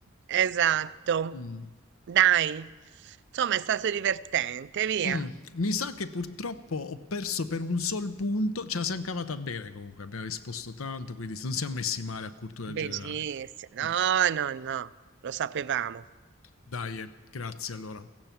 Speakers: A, on the right (about 60°); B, on the left (about 80°).
A: Esatto.
B: Mm.
A: Dai. Insomma, è stato divertente, via.
B: Mm, mi sa che purtroppo ho perso per un sol punto, ce la siamo cavata bene comunque, abbiamo risposto tanto, quindi non siamo messi male a cultura
A: Benissimo,
B: generale.
A: no,
B: Mm,
A: no, no, lo sapevamo.
B: Dai, eh, grazie allora.